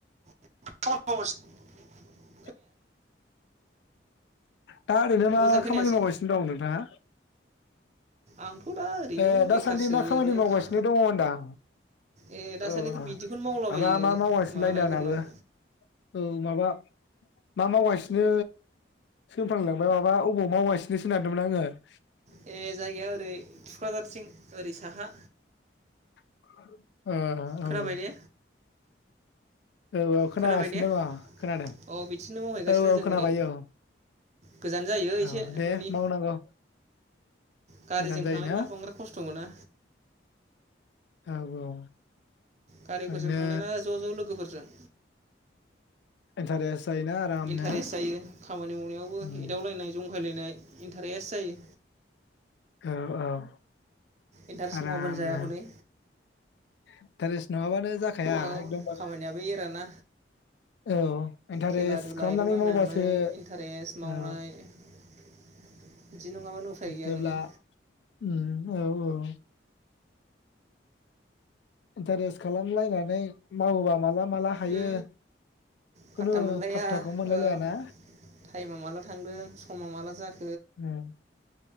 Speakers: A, on the right; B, on the left.
A: <inaudible>
B: <unintelligible> <unintelligible> दा ओरैनो मा
A: मोजां खोनायासै
B: खामानि मावगासिनो दं नोंथाङा
A: आंथ' दा ओरैनो
B: ओ दासान्दि
A: बेखारसो
B: मा खामानि
A: ओरैनो
B: मावगासिनो
A: खा
B: दङ होनदां
A: ए दासान्दिथ'
B: औ
A: बिदिखौनो मावलाबायो
B: माबा मा मावगासिनो
A: मालायफोरनाव
B: लायनांनाबो औ माबा मा मावगासिनो सोंफ्रांलांबाय माबा आबाव मावगासिनो सो होननो नागेरदोंमोन आङो
A: ए जायगाया ओरै थुक्राझारथिं ओरै साहा
B: <inaudible> अ अ
A: खोनाबाय
B: औ औ
A: ने
B: औ औ खोनागासिनो
A: खोनाबाय ने
B: दङ खोनादों
A: अ बिथिंनो मावहैगासिनो
B: औ औ
A: जों
B: खोनाबाय
A: ओरै
B: औ
A: गोजान जायो एसे
B: औ दे
A: न'नि
B: मावनांगौ
A: गारिजों
B: गोजान जायोना
A: थांनाय ना बांद्राय खस्थ' मोना
B: औ औ
A: गारिफोरजों
B: ओरैनो
A: थांनाय ना ज' ज' लोगोफोरजों
B: इन्टारेस्ट जायोना आरामनो
A: इन्टारेस्ट जायो खामानि मावनायावबो
B: उम,
A: एदावलायनाय ज गेलेनाय इन्टारेस्ट जायो
B: औ औ
A: इन्टारेस्ट
B: आरामनो
A: मावाबानो जाया हनै
B: इन्टारेस्ट नङाबानो जाखाया
A: औ
B: एकदमबारे
A: खामानियाबो एरोना
B: औ इन्टारेस्ट
A: खेला दुला
B: खालामनानै
A: एदावलायनानै
B: मावबासो
A: इन्टारेस्ट मावनाय
B: औ
A: बिदि नङाबानो उफाय गैया
B: जेब्ला
A: नोङो
B: उम औ औ इन्टारेस्ट खालामलायनानै मावोबा मालाब माला हायो
A: उम फात्ता
B: खुनु
A: मोनलाया
B: फाथथाखौ मोनलायलायाना
A: औ टाइमा माला थांदों समा माला जाख
B: उम